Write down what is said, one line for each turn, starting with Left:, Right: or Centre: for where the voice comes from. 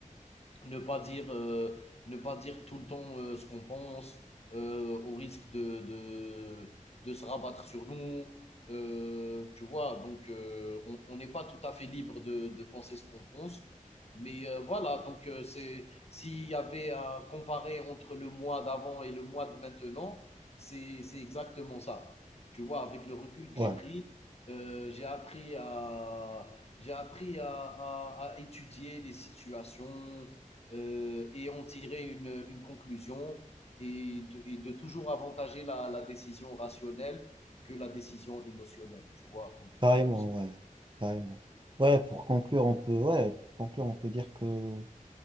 Left: ne pas dire, euh, ne pas dire tout le temps euh, ce qu'on pense, euh, au risque de, de, de se rabattre sur nous. Euh, tu vois, donc euh, on on n'est pas tout à fait libre de, de penser ce qu'on pense. Mais euh, voilà, donc euh, c'est s'il y avait à comparer entre le mois d'avant et le mois de maintenant, c'est c'est exactement ça. Tu vois, avec le recul que
Right: Ouais,
Left: j'ai pris, euh, j'ai appris à j'ai appris à, à, à étudier les situations, euh, et en tirer une, une conclusion et de, et de toujours avantager la, la décision rationnelle que la décision émotionnelle, tu vois. Donc,
Right: carrément,
Left: euh,
Right: ouais, carrément. Ouais, pour conclure, on peut, ouais, pour conclure, on peut dire que,